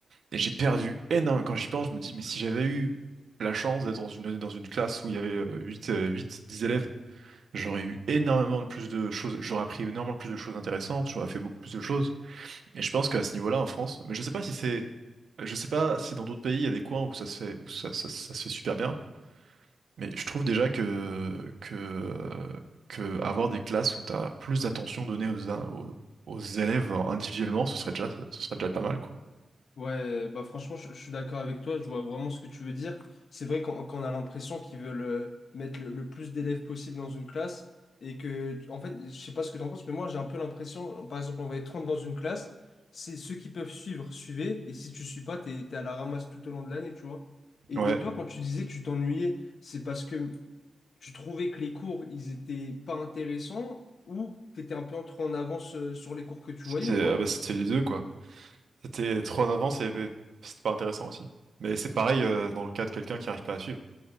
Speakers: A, on the right; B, on the left.
A: Et j'ai perdu énormément. Quand j'y pense, je me dis, mais si j'avais eu la chance d'être dans une, dans une classe où il y avait euh, huit euh, 8 10 élèves, j'aurais eu énormément de plus de choses, j'aurais appris énormément plus de choses intéressantes, j'aurais fait beaucoup plus de choses. Et je pense qu'à ce niveau-là, en France, mais je sais pas si c'est, je sais pas si dans d'autres pays, il y a des coins où ça se fait, où ça, ça, ça se fait super bien, mais je trouve déjà que, que, que avoir des classes où tu as plus d'attention donnée aux, aux, aux élèves individuellement, ce serait déjà, ce serait déjà pas mal, quoi.
B: Ouais, bah franchement, je, je suis d'accord avec toi, je vois vraiment ce que tu veux dire. C'est vrai qu'on qu'on a l'impression qu'ils veulent euh, mettre le, le plus d'élèves possible dans une classe et que, en fait, je sais pas ce que t'en penses, mais moi j'ai un peu l'impression, par exemple, on va être 30 dans une classe, c'est ceux qui peuvent suivre, suivez, et si tu suis pas, t'es, t'es à la ramasse tout au long de l'année, tu vois. Et,
A: Ouais,
B: et toi, quand tu disais que tu t'ennuyais, c'est parce que tu trouvais que les cours, ils étaient pas intéressants ou t'étais un peu en trop en avance euh, sur les cours que tu
A: c'était
B: voyais ou pas?
A: ah bah, c'était les deux quoi. C'était trop en avance et et c'était pas intéressant aussi. Mais c'est pareil euh, dans le cas de quelqu'un qui arrive pas à suivre.